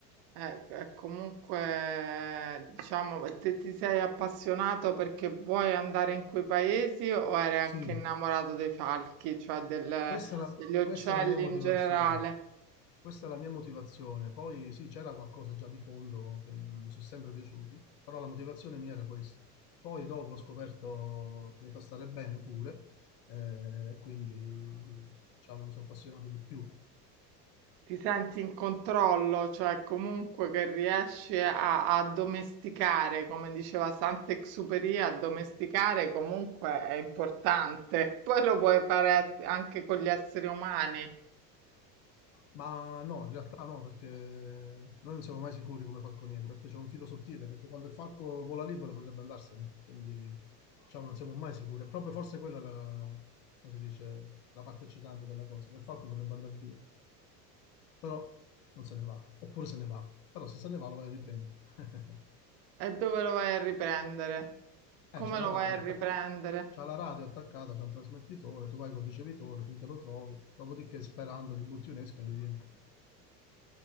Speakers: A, on the right; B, on the left.
A: Eh, eh, comunque, diciamo, ma te ti sei appassionato perché vuoi andare in quei paesi o eri anche
B: Sì,
A: innamorato dei falchi, cioè del-
B: Questa è la,
A: degli uccelli
B: questa è la mia motivazione.
A: in generale?
B: Questa è la mia motivazione. Poi sì, c'era qualcosa già di fondo che mi sono sempre piaciuti, però la motivazione mia era questa. Poi dopo ho scoperto che mi fa stare bene pure, eh, quindi diciamo mi sono appassionato di più.
A: Ti senti in controllo, cioè comunque che riesci a a domesticare, come diceva Sant'Exupéry, addomesticare comunque è importante. <laughs> Poi lo puoi fare as- anche con gli esseri umani.
B: Ma no, in realtà no, perché noi non siamo mai sicuri come falconieri, perché c'è un filo sottile, perché quando il falco vola libero potrebbe andarsene, quindi diciamo non siamo mai sicuri. È proprio forse quella la, come si dice, la parte eccitante della cosa, che il falco potrebbe andare via, però non se ne va, oppure se ne va, però se se ne va lo vai a riprendere. <laughs>
A: E dove lo vai a riprendere?
B: Eh,
A: Come
B: c'ha la
A: lo
B: radio,
A: vai a
B: attac-
A: riprendere?
B: c'ha la radio attaccata, c'è un trasmettitore, tu vai col ricevitore finché lo trovi, dopodiché sperando gli butti un'esca e lui viene.